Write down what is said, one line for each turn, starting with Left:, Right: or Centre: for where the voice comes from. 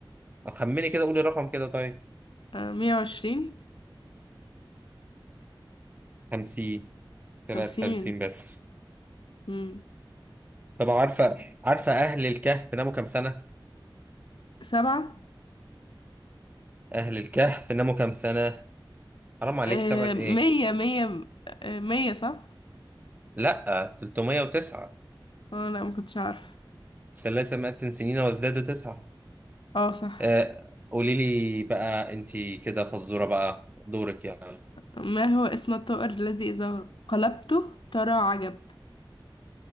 Right: خمني كده قولي رقم كده طيب
Left: آه، مية وعشرين
Right: 50 طلعت
Left: خمسين
Right: 50 بس
Left: مم.
Right: طب عارفة عارفة أهل الكهف ناموا كام سنة؟
Left: سبعة
Right: أهل الكهف ناموا كام سنة؟ حرام عليك
Left: آه،
Right: سبعة
Left: مية
Right: إيه؟
Left: مية آه، مية صح
Right: لأ 309
Left: اه لا ما كنتش عارف
Right: ثلاثة مئة سنين وازدادوا تسعة
Left: اه صح
Right: آه قولي لي بقى أنتي كده فزورة بقى دورك يعني
Left: ما هو اسم الطائر الذي إذا قلبته ترى عجب